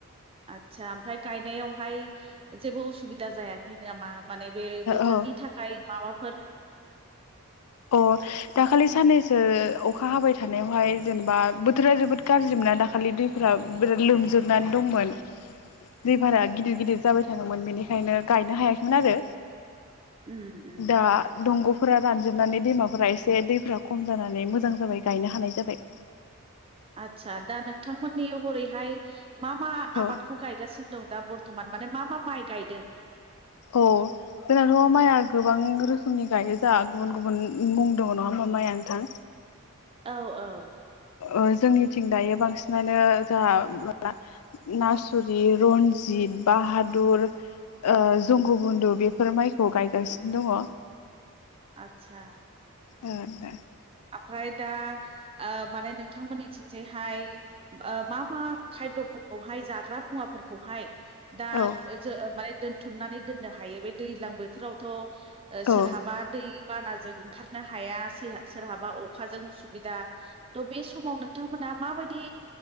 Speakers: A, on the right; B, on the left.
A: आदसा ओमफ्राय गायनायावहाय जेबो उसुबिदा जायाखै नामा? माने बे बोथोरनि
B: ओ
A: थाखाय माबाफोर
B: अ दाखालि साननैसो अखा हाबाय थानायावहाय जेनेबा बोथोरा जोबोद गाज्रि मोन। दाखालि दैफोरा बिराद लोमजोबनानै दंमोन। दै बारा गिदिर-गिदिर जाबाय थादोंमोन बेनिखायनो गायनो हायाखैमोन आरो
A: उम उम
B: दा दंग'फोरा रान जोबनानै दैमाफोरा एसे दैफ्रा खम जानानै मोजां जाबाय गायनो हानाय जाबाय।
A: आदसा दा नोंथांमोननि हरैहाय मा मा
B: औ
A: आबादखौ गायगासिनो दं दा बर बर्थमान माने मा मा माइ गायदों।
B: औ जोंनाथ' माइआ गोबां रोखोमनि गायो जोंहा गुबुन गुबुन मुं दङ नङा ओमबा माइआ नोंथां।
A: औ औ
B: ओ जोंनिथिं दायो बांसिनानो जोंहा मासुरि रनजि त बाहादुर ओ जंगु बन्दु बेफोर माइखौ गायगासिनो दङ।
A: आतसा
B: औ नोंथां
A: ओमफ्राय दा ओ माने नोंथांमोननिथिंजायहाय ओ मा मा खायद'फोरखौहाय जाग्रा मुवाफोरखौहाय दा
B: औ
A: जो माने दोनथुमनानै दोननो हायो बे दैज्लां बोथोरावथ' ओ
B: औ
A: सोरहाबा दै बानाजों ओंखारनो हाया सैहा सोरहाबा अखाजों उसुबिदा थह बे समाव नोंथांमोनहा माबायदि